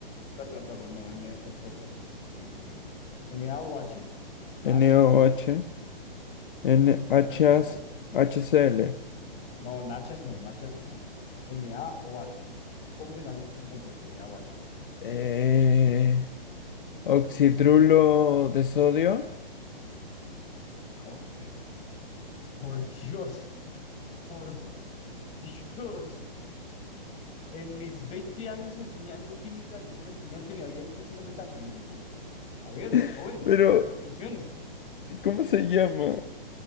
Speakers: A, on the left; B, on the left.
A: Perdón, perdón, no, N, eh, perdón, disculpe, me equivoqué. NaOH más
B: NaOH,
A: HCl,
B: NHAs,
A: más HCl.
B: HCl.
A: No, nachas no, nachas no. NaOH. ¿Cómo se llama ese compuesto? NaOH.
B: Eh... Oxidrulo de sodio.
A: <laughs> Oh, por Dios. por Dios, en mis 20 años enseñando química, ningún estudiante me había dicho ese nombre tan ridículo. A ver,
B: <laughs>
A: joven,
B: Pero,
A: ponga atención.
B: ¿cómo se llama?